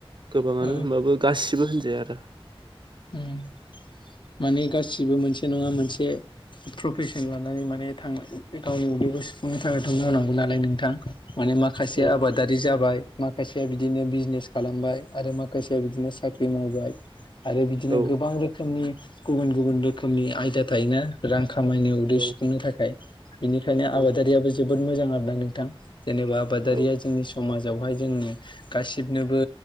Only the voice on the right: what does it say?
गोबाङानो
होनबाबो गासिबो होनजाया आरो
औ
औ
औ
औ
औ